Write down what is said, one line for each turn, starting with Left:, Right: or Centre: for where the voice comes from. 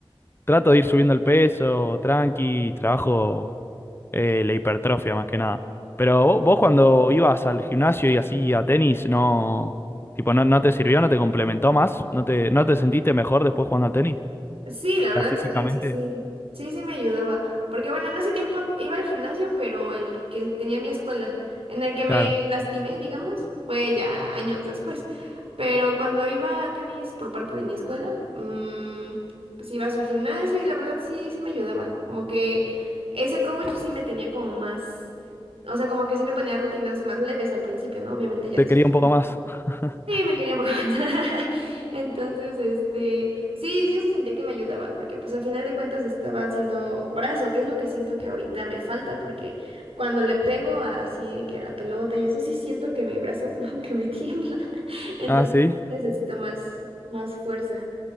Left: Trato de ir subiendo el peso, tranqui, trabajo eh, la hipertrofia más que nada. Pero vo- vos, cuando ibas al gimnasio y así a tenis, no, tipo, no, no te sirvió, no te complementó más, no te, no te sentiste mejor después jugando al tenis.
Right: Sí, la
Left: ¿Estás
Right: verdad,
Left: físicamente?
Right: sí, sí, sí. Sí, sí me ayudaba. Porque bueno, en ese tiempo iba al gimnasio, pero el que tenía mi escuela, en el que me
Left: Claro,
Right: lastimé, digamos, fue ya años después. Pero cuando iba a tenis por parte de mi escuela, mm, pues iba a su gimnasio y la verdad sí, sí me ayudaba. Como que ese coach sí me tenía como más, o sea, como que sí me ponía rutinas más leves al principio, ¿no? Obviamente ya
Left: te
Right: después.
Left: quería un poco más. <laughs>
Right: Sí, me quería un poco más. <laughs> Entonces, este, sí, yo sí sentí que me ayudaba, porque pues al final de cuentas estaba haciendo brazo, que es lo que siento que ahorita me falta, porque cuando le pego así de que a la pelota y eso sí siento que mi brazo <laughs> como que me tiembla. <laughs> Entonces
Left: Ah, sí,
Right: sí necesito más, más fuerza.